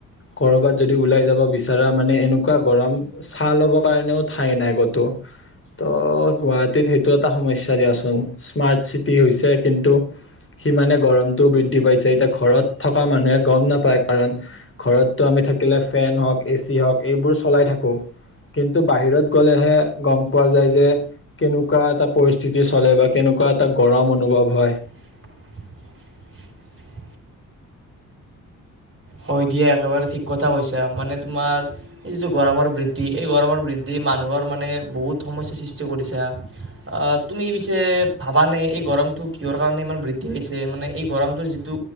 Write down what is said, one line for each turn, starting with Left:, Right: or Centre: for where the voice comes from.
Left: কৰোবাত যদি ওলাই যাব বিচাৰা মানে এনেকুৱা গৰম ছা লব কাৰণেও ঠাই নাই ক'তো ত' গুৱাহাটীত সেইটো এটা সমস্যা দিয়াচোন স্মাৰ্ট চিটি হৈছে কিন্তু সিমানে গৰমটোও বৃদ্ধি পাইছে, এতিয়া ঘৰত থকা মানুহে গম নাপায় কাৰণ ঘৰতটো আমি থ থাকিলে ফেন হওক, এ চি হওক, এইবোৰ চলাই থাকো। কিন্তু বাহিৰত গ'লেহে গম পোৱা যায় যে কেনেকুৱা এটা পৰিস্থিতি চলে বা কেনেকুৱা এটা গৰম অনুভৱ হয়।
Right: <unintelligible> হয় দিয়া একেবাৰে ঠিক কথা কৈছা, মানে তোমাৰ এই যিটো গৰমৰ বৃদ্ধি এই গৰমৰ বৃদ্ধি মানুহৰ মানে বহুত সমস্যাৰ সৃষ্টি কৰিছে, আ তুমি পিছে ভাবা নে এই গৰম গৰমটো কিহৰ কাৰণে ইমান বৃদ্ধি হৈছে, মানে এই গৰমটোৰ যিটো